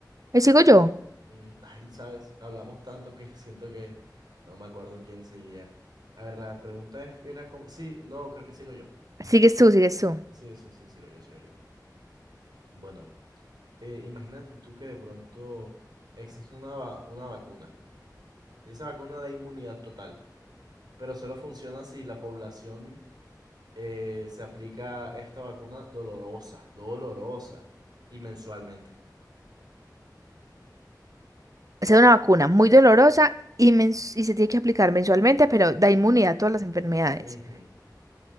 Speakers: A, on the right; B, on the right.
A: ahí sigo yo.
B: Mm, <laughs> ay, sabes, hablamos tanto que siento que no me acuerdo quién seguía. A ver, la pregunta es, era como... Sí, no, creo que sigo yo.
A: Sigues tú, sigues tú.
B: Sí, sí, sí, sigo yo, sigo yo. Bueno. eh, imagínate tú que de pronto existe una, va- una vacuna y esa vacuna da inmunidad total, pero solo funciona si la población eh, se aplica esta vacuna dolorosa, dolorosa y mensualmente.
A: Es una vacuna muy dolorosa y, mens- y se tiene que aplicar mensualmente, pero da inmunidad a todas las enfermedades.
B: Ujú.